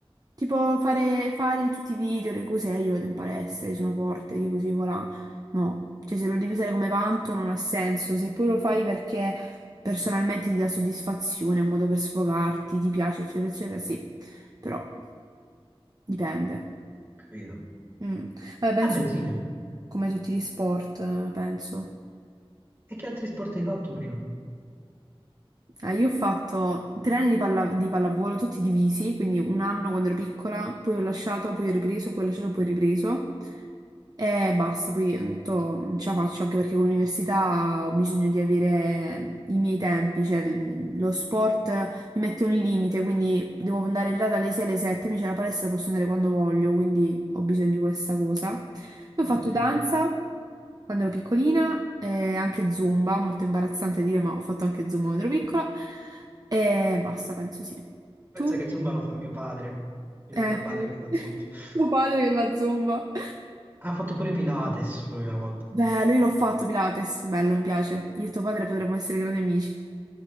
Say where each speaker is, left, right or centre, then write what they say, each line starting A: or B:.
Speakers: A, on the right; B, on the right.
A: tipo fare, fare tutti i video, le cose, eh, io vado in palestra, io sono forte, io così, voilà. No, cioè se lo devi usare come vanto non ha senso, se poi lo fai perché personalmente ti dà soddisfazione, è un modo per sfogarti, ti piace, eccetera, eccetera, sì, però dipende.
B: Ho capito.
A: Mm. Vabbè, penso
B: Vabbè, sì.
A: come tutti gli sport, eh, penso.
B: E che altri sport hai fatto prima?
A: Ah, io ho fatto tre anni di, palla- di pallavolo, tutti divisi, quindi un anno quando ero piccola, poi ho lasciato, poi ho ripreso, poi ho lasciato, poi ho ripreso. E basta, poi ho detto, non ce la faccio anche perché con l'università ho bisogno di avere i miei tempi, cioè l- lo sport mi mette un limite, quindi devo andare là dalle 6 alle 7, invece la palestra posso andare quando voglio, quindi ho bisogno di questa cosa. Poi
B: Non
A: ho fatto
B: ho capito.
A: danza. Quando ero piccolina, eh, anche Zumba, molto imbarazzante dire, ma ho fatto anche Zumba quando ero piccola. E basta, penso sì.
B: Pensa
A: Tu?
B: che Zumba lo fa mio padre. Io
A: Eh,
B: ho mio
A: <laughs>
B: padre che fa Zumba. <laughs>
A: tuo padre che fa Zumba.
B: Ha fatto pure Pilates lui una volta.
A: Beh, lui l'ho fatto Pilates, bello, mi piace. Io e tuo padre potremmo essere grandi amici.